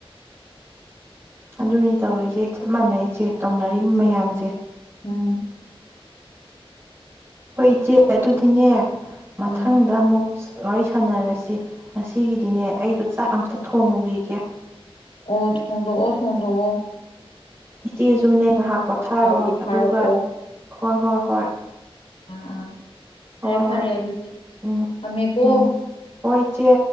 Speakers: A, on the right (about 15°); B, on the left (about 75°).
A: ꯑꯗꯨꯅꯤ ꯇꯧꯔꯤꯆꯦ ꯆꯞ ꯃꯥꯟꯅꯩ ꯏꯆꯦ꯫ ꯇꯧꯅꯔꯤꯕ
B: ꯎꯝ
A: ꯃꯌꯥꯝꯁꯦ꯫
B: ꯎꯝ
A: ꯍꯣꯏ ꯏꯆꯦ ꯑꯗꯨꯗꯤꯅꯦ ꯃꯊꯪꯗ
B: ꯎꯝ
A: ꯑꯃꯨꯛ ꯋꯥꯔꯤ ꯁꯥꯟꯅꯔꯁꯤ ꯉꯁꯤꯒꯤꯗꯤꯅꯦ ꯑꯩꯗꯣ ꯆꯥꯛ ꯑꯇ ꯊꯣꯡꯉꯨꯒꯤꯒꯦ꯫
B: ꯑꯣ ꯊꯣꯡꯗꯣꯛꯑꫭ ꯊꯣꯡꯗꯣꯛꯑꫭ꯫
A: ꯏꯆꯦꯁꯨꯅꯦ ꯉꯥꯏꯍꯥꯛ ꯄꯣꯊꯥꯔꯣ
B: ꯄꯥꯎ ꯏ
A: ꯑꯗꯨꯒ
B: ꯐꯥꯔꯛꯑꯣ
A: ꯍꯣꯏ ꯍꯣꯏ ꯍꯣꯏ꯫
B: ꯑ ꯑꯥ ꯐꯔꯦ
A: ꯍꯣꯏ
B: ꯐꯔꯦ
A: ꯍꯣꯏ
B: ꯑꯗꯨꯗꯤ
A: ꯎꯝ
B: ꯊꯝꯃꯦꯀꯣ꯫
A: ꯎꯝ ꯍꯣꯏ ꯏꯆꯦ